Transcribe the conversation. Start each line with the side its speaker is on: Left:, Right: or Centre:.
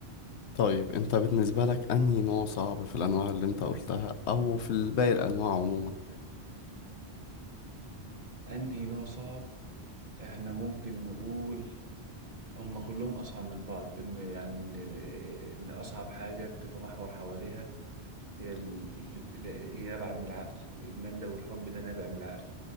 Left: طيب أنت بالنسبة لك أنهي نوع صعب في الأنواع اللي أنت قلتها أو في باقي الأنواع عموما
Right: أنهي نوع صعب إحنا ممكن نقول هما كلهم أصعب من بعض إن يعني إن إن أصعب حاجة بتتمحور حواليها هي ال- ال- هي نابعة من العقل الإدمان ده والحب ده نابع من العقل